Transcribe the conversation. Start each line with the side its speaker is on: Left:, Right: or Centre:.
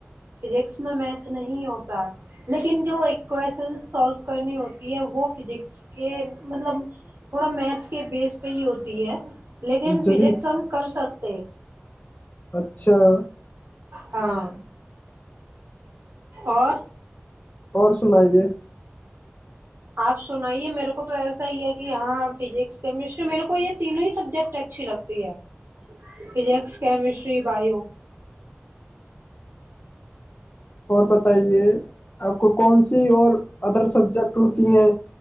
Right: فزکس میں میتھ نہیں ہوتا لیکن جو ایکویشن سالو کرنی ہوتی ہے وہ فزکس کے مطلب تھوڑا میتھ کے بیس پہ ہی ہوتی ہے لیکن
Left: جبھی
Right: فزس ہم کر سک
Left: اچھا <inaudible>
Right: ہاں اور
Left: اور سنائیے
Right: آپ سنائیے میرے کو تو ایسا ہی ہے کہ ہاں فزکس کیمسٹری میرے کو یہ تینوں ہی سبجیکٹ اچھی لگتی ہے فزکس کیمسٹری بایو
Left: اور بتائیے آپ کو کون سی اور ادر سبجیکٹ ہوتی ہیں